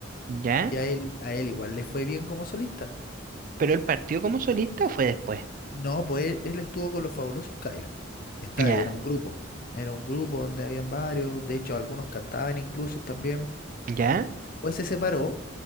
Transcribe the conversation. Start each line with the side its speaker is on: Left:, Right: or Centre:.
Right: ¿Ya?
Left: Y a él, a él igual le fue bien como solista.
Right: ¿Pero él partió como solista o fue después?
Left: No, pues él, él estuvo con los Fabulosos Cadillacs. Está
Right: Ya,
Left: ahí, era un grupo. Era un grupo donde habían varios, de hecho algunos cantaban incluso también.
Right: ya.
Left: Pues se separó